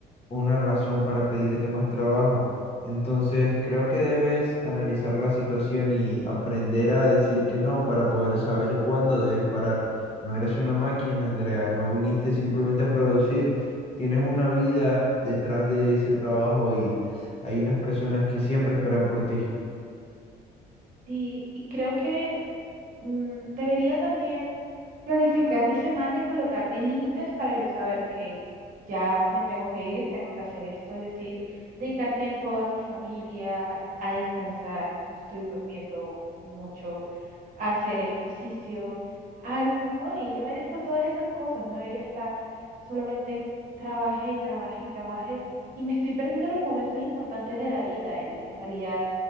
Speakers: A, on the left; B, on the right.
A: una razón para pedirte más trabajo. Entonces creo que debes analizar la situación y aprender a decir que no para poder saber cuándo debes parar. No eres una máquina, Andrea, no viniste simplemente a producir, tienes una vida detrás de ese trabajo y hay unas personas que siempre esperan por ti.
B: Y, y creo que mm, debería también planificar mi semana y colocarme límites para yo saber, ok, ya me tengo que ir, tengo que hacer esto, es decir, dedicar tiempo a mi familia, a descansar, no estoy durmiendo mucho hacer ejercicio, algún hobby. Yo merezco todas esas cosas, no debería estar solamente trabajé y trabajé y trabajé y me estoy perdiendo los momentos importantes de la vida y en realidad